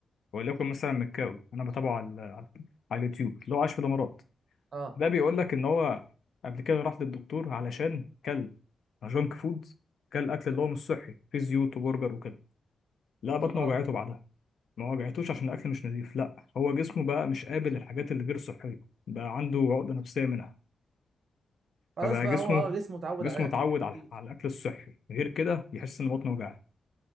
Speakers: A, on the left; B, on the right.
A: وليكن مثلا مكاوي انا بتابعه على على على اليوتيوب اللي هو عايش في الامارات
B: اه
A: ده بيقول لك ان هو قبل كده راح للدكتور علشان كل جانك فود كل اكل اللي هو مش صحي فيه زيوت وبرجر وكده لا بطنه
B: اه
A: وجعته بعدها ما وجعتوش عشان الاكل مش نظيف لا هو جسمه بقى مش قابل الحاجات اللي غير صحيه بقى عنده عقده نفسيه منها
B: خلاص
A: فبقى
B: بقى
A: جسمه
B: هو اه جسمه اتعود
A: جسمه
B: على الاكل
A: اتعود
B: النظيف
A: على على الاكل الصحي غير كده يحس ان بطنه وجعت